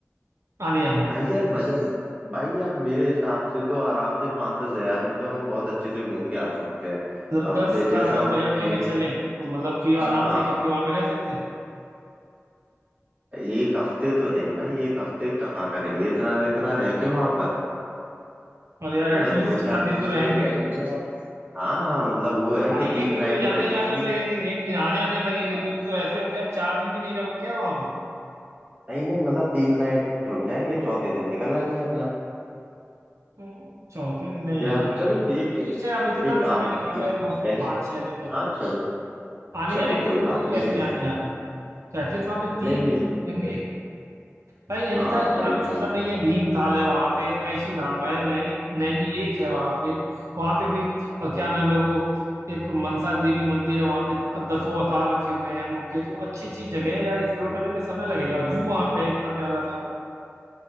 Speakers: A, on the right; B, on the right.
A: आने जाने में
B: भाई यार बजट भाई यार मेरे हिसाब से तो आराम से पाँच दस हजार में तो हम बहुत अच्छे से घूम के आ सकते हैं
A: मतलब
B: अब
A: दस
B: जै, जैसा
A: का अगर हम
B: हम
A: बजट
B: खाएं
A: लेके चलें तो मतलब कि
B: हाँ
A: आराम
B: हाँ
A: से एक हफ्ते वहां पे रह सकते हैं
B: एक हफ्ते तो नहीं भाई एक हफ्ते कहाँ करेंगे इतना इतना रह के वहां पर
A: और यार
B: मतलब
A: एटलीस्ट
B: दो
A: चार
B: चार दिनों
A: दिन तो रहेंगे
B: के लिए चलेंगे यार हाँ हाँ मतलब वो है
A: भाई
B: कि तीन
A: एक दिन
B: नाइट
A: तो जाने
B: रह जाएंगे
A: जाने में लगेंगे एक दिन आने आने में लगेंगे
B: हाँ
A: दो दिन तो ऐसे हो गए अब चार दिन भी नहीं रहोगे क्या वहां पे
B: नहीं नहीं मतलब तीन नाइट रुक जाएंगे चौथे दिन निकल आएंगे अपना
A: तो चौथे दिन नहीं
B: यार
A: यार
B: चलो देख लेंगे
A: इससे आप इतना
B: एक काम
A: समय निकालो
B: पहले
A: यार कम से कम पाँच छह दिन तो रहो
B: हाँ चलो
A: आने
B: चलो
A: जाने में
B: कोई
A: देखो दो
B: बात
A: दिन तो
B: नहीं
A: ऐसे
B: रहे
A: ही आने जाने हैं। तो एटलीस्ट वहां पे तीन
B: नहीं नहीं
A: दिन तो रुकेंगे भाई नैनीताल
B: हाँ
A: इतना
B: चलो
A: भी छोटा
B: ठीक
A: नहीं है भीमताल है वहां पे कैंची धाम है नैनी नैनी लेक है वहां पे वहां पे भी अ, क्या नाम है वो एक मनसा देवी मंदिर है वहां पे दसों अवतार रखे हुए हैं उनके तो अच्छी अच्छी जगह है यार एक्सप्लोर करने में समय लगेगा जू वहां पे है इतना प्यारा सा